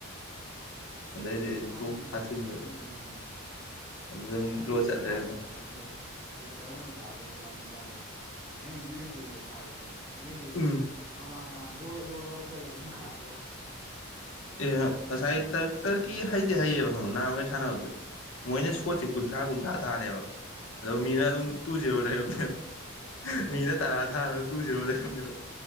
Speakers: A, on the left; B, on the right.
A: ꯑꯗꯩꯗꯤ
B: ꯌꯨꯝ
A: ꯑꯩꯅ
B: ꯋꯥꯡꯉꯤꯅꯦ
A: ꯇꯣꯛ ꯊꯥꯖꯤꯟꯕꯅꯦ
B: ꯑꯩ ꯑꯗꯨ ꯌꯦꯡꯉꯝꯃꯦ
A: ꯑꯗꯨꯗ
B: ꯑꯗꯨꯕꯨꯗꯤ
A: ꯗ꯭ꯔꯣ ꯆꯠ ꯂꯩꯔꯝꯃꯦ
B: ꯊꯥꯒꯦ ꯈꯜꯂꯝꯗꯦ ꯍꯥꯏꯗꯤ ꯀꯔꯝꯕꯟ ꯀꯥꯗ‌ꯣꯏꯟ ꯒ꯭ꯌꯥꯟꯃꯦꯟ ꯔꯦ ꯍꯌꯦꯡ ꯌꯨ ꯑꯦꯐ ꯁꯤꯒꯤꯗ ꯊꯥꯒꯦ ꯈꯜꯂꯝꯕ ꯌꯨ ꯑꯦꯐ ꯁꯤꯒꯤꯗꯨ
A: ꯎꯝ
B: ꯃꯃꯥꯡ ꯃꯃꯥꯡ ꯕꯣꯏꯒ ꯑꯌꯣꯟꯕꯣꯝ ꯆꯜꯂꯦ ꯑꯗꯨꯝ ꯈꯥꯜꯂ꯭ꯔꯣ
A: ꯑꯦ ꯉꯁꯥꯏ ꯇꯔꯀꯤ ꯍꯩꯗꯤ ꯍꯩꯌꯦꯕ ꯈꯪ ꯅꯍꯥꯟꯃꯈꯩ ꯁꯥꯟꯅꯕꯗꯁꯨ
B: ꯎꯝ
A: ꯃꯣꯏꯅ
B: ꯎꯝ
A: ꯁꯣꯠꯁꯦ ꯀꯨ ꯀꯨꯟꯊ꯭ꯔꯥ ꯀꯨꯟꯊ꯭ꯔꯥ ꯊꯥꯅꯦꯕ ꯑꯗꯣ
B: ꯎꯝ
A: ꯃꯤꯅ ꯑꯗꯨꯝ ꯇꯨ ꯖꯦꯔꯣ ꯂꯩꯔꯝꯅꯦꯕ ꯃꯤꯅ ꯇꯔꯥ ꯊꯥꯔ ꯇꯨ ꯖꯤꯔꯣ ꯂꯩꯔꯝꯅꯦꯕ